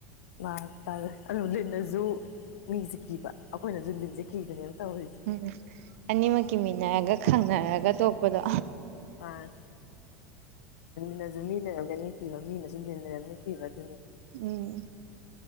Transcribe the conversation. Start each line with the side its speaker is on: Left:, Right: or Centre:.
Left: ꯃꯥ ꯇꯔꯦ ꯑꯗꯨꯣ ꯂꯤꯟꯗꯁꯨ ꯃꯤꯁꯦ ꯀꯤꯕ ꯑꯩꯈꯣꯏꯅꯁꯨ ꯂꯤꯟꯁꯦ ꯀꯤꯕꯅꯦꯕ ꯇꯧꯔꯤꯁꯦ
Right: ꯎꯝ ꯑꯅꯤꯃꯛꯀꯤ ꯃꯤꯟꯅꯔꯒ ꯈꯪꯅꯔꯒ ꯇꯣꯛꯄꯗꯣ
Left: ꯑ ꯅꯁꯨꯃꯤꯅꯅꯤ ꯀꯕ ꯃꯤꯅꯁꯨꯅ ꯅꯅꯤ ꯀꯈꯤꯕꯕ
Right: ꯎꯝ